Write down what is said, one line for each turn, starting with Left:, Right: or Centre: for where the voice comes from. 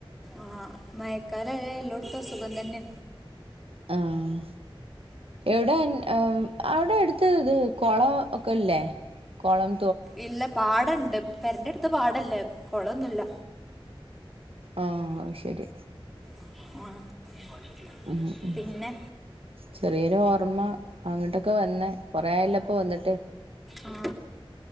Centre: ആഹ് മഴക്കാലയാ എല്ലോട്ത്തും അസുഖംതന്നെണ്
Right: ആഹ് എവിടെ അവിടെ <unintelligible> <unintelligible> ഇത് കൊള ഒക്കെല്ലേ കൊളം
Centre: ഇല്ല പാടണ്ട് പെരന്റെ അടുത്ത് പാടല്ലേ കുളൊന്നുമില്ല
Right: ആഹ് അതുശരി
Centre: <inaudible>
Right: ഉം ഉം
Centre: പിന്നെ
Right: ചെറിയൊരു ഓർമ്മ അങ്ങോട്ടൊക്കെ വന്നെ കൊറയല്ലപ്പൊ വന്നിട്ട്
Centre: ആ